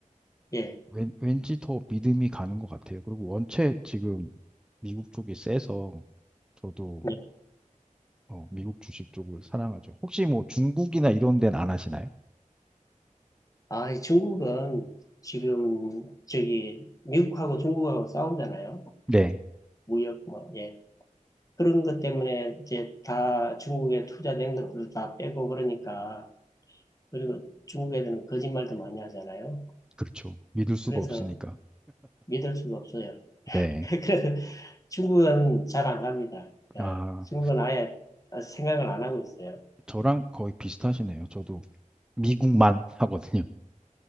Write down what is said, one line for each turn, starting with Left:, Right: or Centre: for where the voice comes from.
Left: 예.
Centre: 왠, 왠지 더 믿음이 가는 것 같아요. 그리고 원체 지금 미국 쪽이 세서 저도
Left: 예.
Centre: 어, 미국 주식 쪽을 사랑하죠. 혹시 뭐 중국이나 이런 데는 안 하시나요?
Left: 아, 이 중국은 지금 저기 미국하고 중국하고 싸우잖아요.
Centre: 네,
Left: 무역 뭐, 예. 그런 것 때문에 이제 다 중국에 투자된 것들도 다 빼고 그러니까 그리고 중국 애들은 거짓말도 많이 하잖아요.
Centre: 그렇죠. 믿을 수가
Left: 그래서
Centre: 없으니까.
Left: 믿을 수가 없어요. <laughs>
Centre: 네.
Left: 그래서 중국은 잘 안 갑니다. 예,
Centre: 아,
Left: 중국은 아예 생각을 안 하고 있어요.
Centre: 저랑 거의 비슷하시네요. 저도 미국만 <laughs> 하거든요.